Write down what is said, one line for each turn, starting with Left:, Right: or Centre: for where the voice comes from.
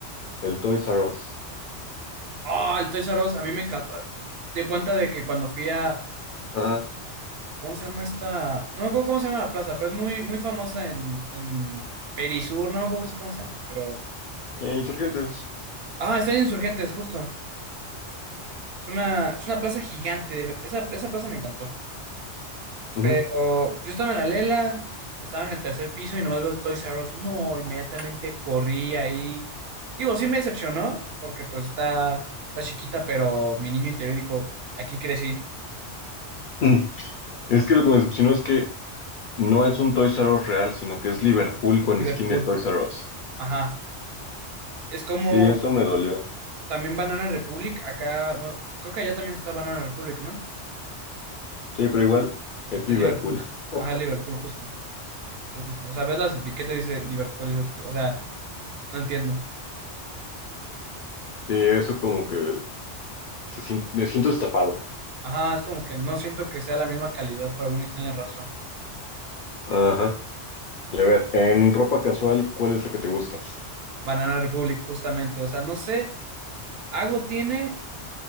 Left: el Toys R Us.
Right: Ah, el Toys R Us, a mí me encantó. De cuenta de que cuando fui a,
Left: Ajá.
Right: ¿cómo se llama esta? No me acuerdo cómo se llama la plaza, pero es muy, muy famosa en, en Perisur, no me acuerdo cómo se llama, pero...
Left: Eh, Insurgentes.
Right: Ah, está en Insurgentes, justo. Es una, es una plaza gigante, de ver- esa, esa plaza me encantó.
Left: Ujú.
Right: Pero yo estaba en la Lela, estaba en el tercer piso y nomás veo Toys R Us. No, inmediatamente corrí ahí. Digo, sí me decepcionó, porque pues está, está chiquita, pero mi niño interior dijo, aquí crecí,
Left: Mm. Es que lo que me decepcionó es que no es un Toys R Us real, sino que es Liverpool con
Right: Liverpool.
Left: skin de Toys R Us.
Right: Ajá. Es como
Left: Sí, eso me dolió.
Right: también Banana Republic, acá, no, creo que allá también está Banana Republic, ¿no?
Left: Sí, pero igual es
Right: Es
Left: Liverpool.
Right: Liverpool.
Left: <laughs>
Right: Ajá, Liverpool, justo, justo, justo. O sea, ves las etiquetas y dice Liverpool, dice, o sea, no entiendo.
Left: Sí, eso como que se sien- me siento estafado.
Right: Ajá, es como que no siento que sea la misma calidad por alguna extraña razón.
Left: Ajá. Y a ver, en ropa casual, ¿cuál es la que te gusta?
Right: Banana Republic, justamente. O sea, no sé, algo tiene,